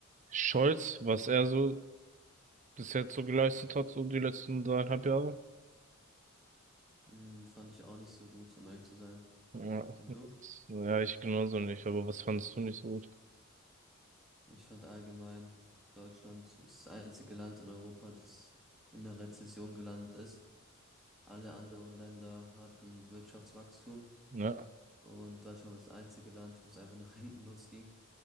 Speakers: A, on the right; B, in the centre.
A: Scholz, was er so bis jetzt so geleistet hat, so die letzten dreieinhalb Jahre?
B: mm, fand ich auch nicht so gut, um ehrlich zu sein.
A: Ja,
B: Und du?
A: ja, ich genauso nicht, aber was fandest du nicht so gut?
B: Ich fand allgemein, Deutschland ist das einzige Land in Europa, das in einer Rezession gelandet ist. Alle anderen Länder hatten Wirtschaftswachstum
A: Ja,
B: und Deutschland war das einzige Land, wo es einfach nach <laughs> hinten losging.